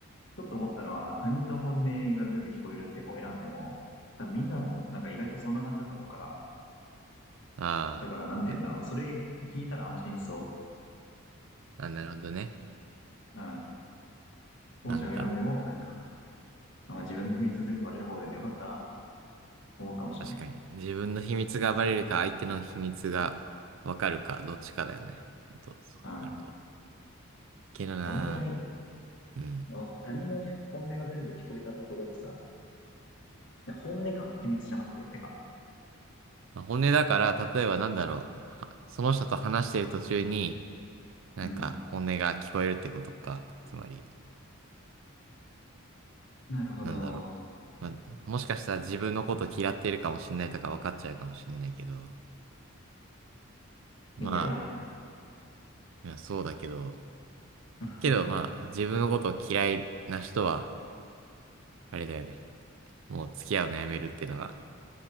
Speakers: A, on the left; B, on the right.
A: ちょっと思ったのは、他人の本音が全部聞こえるって方を選んでも、多分みんなもなんか意外とそんな感じだと思うから、
B: ああ、
A: だからなんて言うんだろう。
B: な、
A: それ聞いたら安心しそ
B: あ、なるほどね。
A: う。うん。後者を選んでも、
B: なんだろう。
A: なんか、まあ、自分の秘密全部バレる方でもよかったなと思うかもしれない。
B: 確かに。自分の秘密が暴れるか、相手の秘密がわかるか、どっちかだよね。ほんとそうなると。
A: うん。
B: けどな
A: どんぐらい、
B: ぁ。うん。
A: まあ他人の本音が全部聞こえたところでさ、いや本音か、秘密じゃなくて、てか。
B: まあ本音だから、例えばなんだろう。はその人と話してる途中に、なんか本音が聞こえるってことか。
A: うん。
B: つまり、
A: なるほど。
B: なんだろう。まあ、もしかしたら自分のこと嫌ってるかもしんないとか分かっちゃうかもしんないけど。ま
A: 嫌だな。
B: あ、いやそうだけど。
A: <laughs>
B: けどまあ、自分のことを嫌いな人は、あれだよね。もう付き合うのやめるっていうのが。